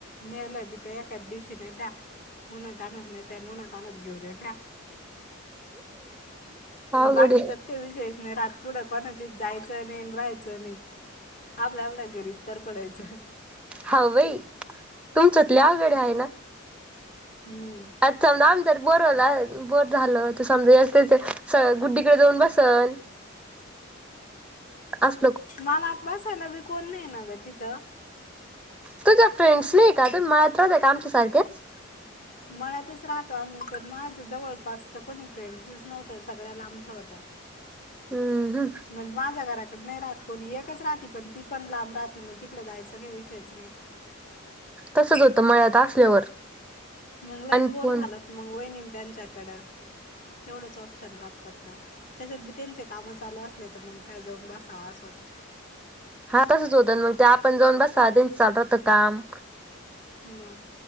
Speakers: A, on the left; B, in the centre.
A: नेलं भी ते एकाच दिवशी नेत्या. उन्हा तान्हाच नेत्या. उन्हा तान्हाच घेऊन येत्या.
B: अवघड
A: बाकीचाच काही विषयच नाही राहत. कुठ कॉलेजात जायचं नाही आणि राहायचं नाही. आपल्या आपल्या घरी तर पडायचं.
B: हा बाई तुमच्यात आवड ही आहे ना.
A: हम्म.
B: अच्छा. नंतर पोर झाल की. बोट झालं तू समजा. असल तर गुड्डीकडे जाऊन बसेन. अस.
A: मला आत बसायला बी कोण नाही ना ग तिथं.
B: तुझ्या फ्रेंड्स नाही का
A: ब-
B: तू मळ्यात राहते का आमच्यासारखेच.
A: मळत्याच राहतो आम्ही पण. माझं जवळपासच कोणी फ्रेंड्सच नव्हतं सगळ्या लांबच्या होत्या.
B: <inaudible> हम्म
A: म्हणजे माझ्या घराकड नाही राहत. कोणी एकच राहती पण ती पण लांब राहते. मग तिकड जायचं काही विषयच नाही.
B: तसंच होतं मळ्यात असल्यावर.
A: मग लईच
B: आणि
A: बोर
B: फोन
A: झालात मग वैणी त्यांच्याकडें तेवढंच ऑप्शन राहत फक्त. त्याच्यात बी त्यांचे कामं चालू असले तर मग काय जाऊन बसावा अस होत.
B: हा तसंच होतं मग ते आपण जाऊन बसाव. त्याच चालू राहत काम.
A: हम्.